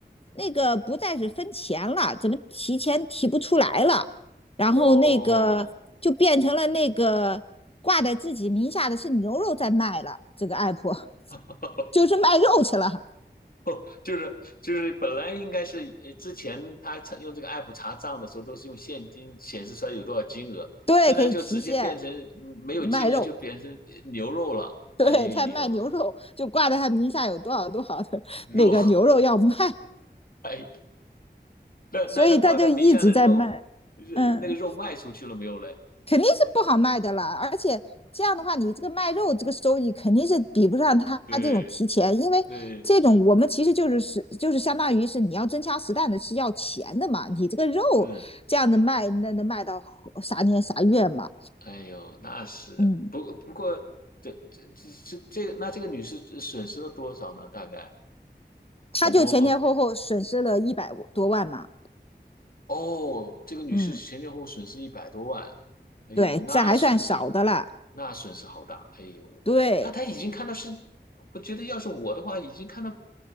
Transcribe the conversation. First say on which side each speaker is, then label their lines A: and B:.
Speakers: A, on the left; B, on the left.
A: 那个不再是分钱了，怎么提前提不出来了？然后那个就变成了那个挂在自己名下的是牛肉在卖了，
B: 哦，
A: 这个 app <laughs>
B: <laughs>
A: 就是卖肉去了，
B: 哦，就是就是本来应该是呃之前他查用这个 app 查账的时候都是用现金显示出来有多少金额，
A: 对，
B: 现在就直接变成嗯没有金额就变成呃牛肉了。
A: 可以提现卖肉。<laughs> 对，
B: 哎呦，
A: 他卖牛肉，就挂在他名下有多少多少的那个牛肉要卖，
B: 肉，<laughs> 哎，那那他挂他名下的肉，
A: 所以他就一直在卖。
B: 呃那个肉卖出去了没有嘞？
A: 嗯，肯定是不好卖的啦。而且这样的话，你这个卖肉这个收益肯定是比不上他这种提钱，
B: 对
A: 因为这种我们其实就是是就是相当于是你要真枪实弹的是要钱的嘛。
B: 对
A: 你这个肉
B: 是，
A: 这样子卖，那能卖到啥年啥月嘛？
B: 哎呦，那是不不过，
A: 嗯，
B: 这这这这这，那这个女士呃损失了多少呢？大概
A: 他就前前后后损失了一百多万嘛。
B: 很多吗？哦，这个女士前前后后损失一百多万，
A: 嗯，
B: 哎呦，
A: 对，
B: 那损失
A: 这还算少的了。
B: 那损失好大，哎呦，
A: 对，
B: 那她已经看到是，我觉得要是我的话，已经看到